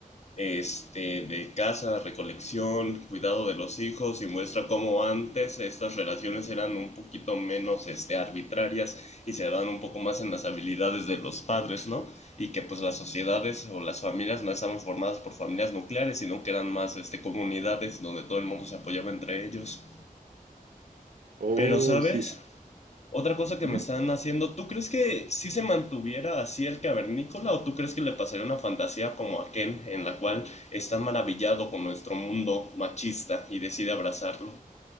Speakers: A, on the left; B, on the right.
A: este, de caza, recolección, cuidado de los hijos y muestra cómo antes estas relaciones eran un poquito menos este, arbitrarias y se daban un poco más en las habilidades de los padres, ¿no? Y que pues las sociedades o las familias no estaban formadas por familias nucleares, sino que eran más este, comunidades donde todo el mundo se apoyaba entre ellos.
B: Oh,
A: Pero, ¿sabes?
B: sí, sí.
A: Otra cosa
B: ujú.
A: que me están haciendo, ¿tú crees que si se mantuviera así el cavernícola o tú crees que le pasaría una fantasía como a Ken en la cual está maravillado con nuestro mundo machista y decide abrazarlo?